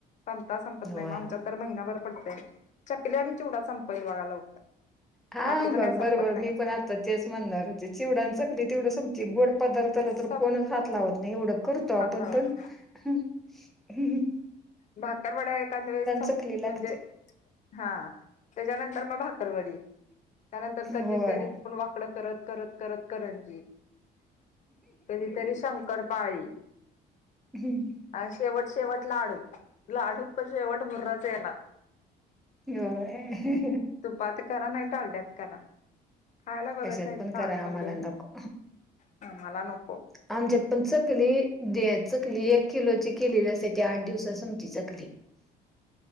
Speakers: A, on the left (about 45°); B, in the centre.
A: संपता संपत नाही
B: होय
A: मग आमच्या तर महिनाभर पडतय. चकल्या आणि चिवडा संपल बघा लवकर.
B: हा
A: बाकीच
B: बघ
A: काही संपत
B: बरोबर
A: नाही.
B: मी पण आता तेच म्हणंये, चिवडा, चकली तेवढी संपती. गोड पदार्थाला तर
A: संप
B: कोणच हात लावत नाय. एवढं करतो आपण
A: हात लावायच
B: पण. हं हं
A: भाकरवाड्या एखाद वेळेस संप,
B: चकली लागते
A: म्हणजे हा त्याच्यानंतर मग भाकरवडी. त्यानंतर कधीतरी
B: होय.
A: तोंड वाकडं करत करत करत करंजी. <inaudible> कधीतरी शंकर पाळी
B: हम
A: आणि शेवट शेवट लाडू. लाडू पण शेवट मुर्राच येणार्
B: होय
A: <inaudible> तुपात करा नाही डालड्यात करा. खायला बघत
B: कशात
A: नाहीत,
B: पण
A: दाढ
B: करा आम्हाला
A: पडलेत,
B: नको
A: आम्हाला मला नको.
B: आमच्यात पण चकली, दे चकली एक किलोची केलेली असते. ते आठ दिवसात संपते चकली.
A: <unintelligible>